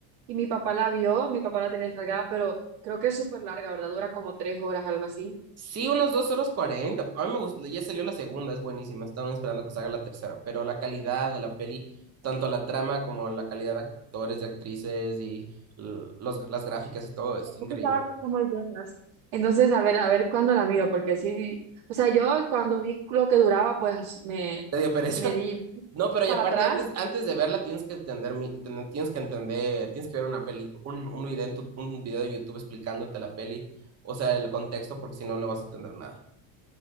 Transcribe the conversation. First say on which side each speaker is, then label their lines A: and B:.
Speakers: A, on the right (about 75°); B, on the right (about 30°).
A: y mi papá la vio, mi papá la tenía descargada, pero creo que es súper larga, ¿verdad? Dura como tres horas, algo así.
B: Sí, unos dos horas cuarenta. A mí me gustó, ya salió la segunda, es buenísima. Estaban esperando que salga la tercera, pero la calidad de la peli, tanto la trama como la calidad de actores y actrices y l- los, las gráficas y todo, es increíble.
A: Yo estaba puesto muy bien, ¿sabes? Entonces, a ver, a ver cuándo la miro, porque sí, sí. O sea, yo cuando vi lo que duraba, pues me,
B: Te dio pereza.
A: me di
B: <laughs> No, pero
A: para
B: y aparte,
A: atrás.
B: antes, antes de verla tienes que entender, mi- ten- tienes que entender, tienes que ver una peli, un, un video en tu- un video de YouTube explicándote la peli, o sea, el contexto, porque si no, no vas a entender nada.